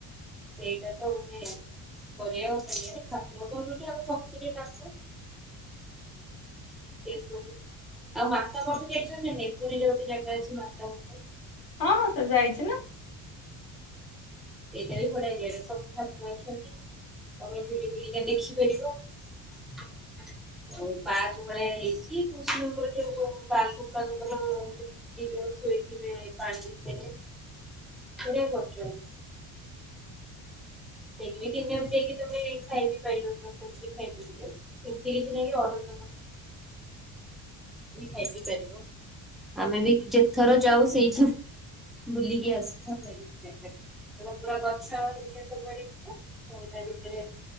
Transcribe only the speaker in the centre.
ଏଇ କଥାକୁ ନେଇ ଏନ କରିବା କଥା ନୁହେଁ, <unintelligible> ଭକ୍ତିରେ ଡାକ। ଏ ସବୁ କଣ? ଆଉ ମାତା ମଠ ଯାଇଚନ୍ତି ନା ନାଇଁ, ପୁରୀରେ ଗୋଟେ ଜାଗା ଅଛି ମାତା ମଠ?
ଏଇଟା ବି ବଢଆ ଇଏରେ ସବୁ ଠାକୁର ଅଛନ୍ତି। ତମେ ବୁଲି ବୁଲିିକା ଦେଖିପାରିବ। ଆଉ ପାଠ ଭଳିଆ ହେଇଛି କୃଷଣଙ୍କର ଯୋଉ ପାକ ପାଙ୍କର ଏଇ ଯୋଉ ଶୋଇଥିବେ ପାଣିି ଭିତରେ। କୁଡ଼ିଆ କରୁଛନ୍ତି। ଦେଇବି ତିନି ଆ ଯାଇକି ତମେ ଖାଇବି ପାରିବ ଖାଇପାରିବ। ଏମିତି କିଛି ନଁ ଅର ଖାଇବି ପାରିବ। ଆମେ ବି ଯେଥର ଯାଉ ସେଇଠି ବୁଲିକି ଆସିଥା। <unintelligible>